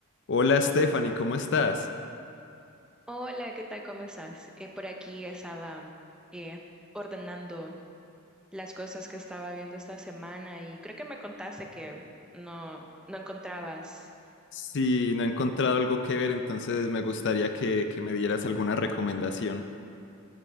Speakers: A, on the left; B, in the centre.
A: Hola Stephanie, ¿cómo estás?
B: Hola, ¿qué tal? ¿Cómo estás? Eh, por aquí estaba eh, ordenando las cosas que estaba viendo esta semana y creo que me contaste que no, no encontrabas.
A: Si no he encontrado algo que ver, entonces me gustaría que, que me dieras alguna recomendación.